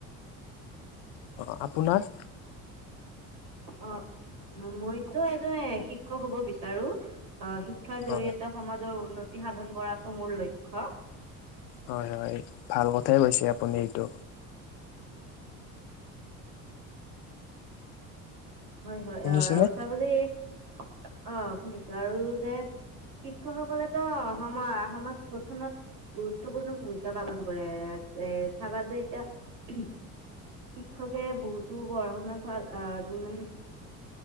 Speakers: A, on the left (about 70°); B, on the right (about 70°).
A: অ, আপোনাৰ?
B: অ, মইতো এজন শিক্ষক হ'ব বিচাৰো। অ, শিক্ষাৰ জৰিয়তে
A: অ
B: সমাজৰ উন্নতি সাধন কৰাটো মোৰ লক্ষ্য।
A: হয় হয়, ভাল কথাই কৈছে আপুনি এইটো।
B: হয় হয়
A: শুনিছেনে
B: অ, আৰু চাব যে এই অ শুনিছো আৰু যে। শিক্ষকসকলে তো সম, সমাজ গঠনত। গুৰুত্বপূৰ্ণ ভূমিকা পালন কৰে এ, চাবা যে এতিয়া। শিক্ষকে বহুতো পঢ়া শুনা চাল আ উম,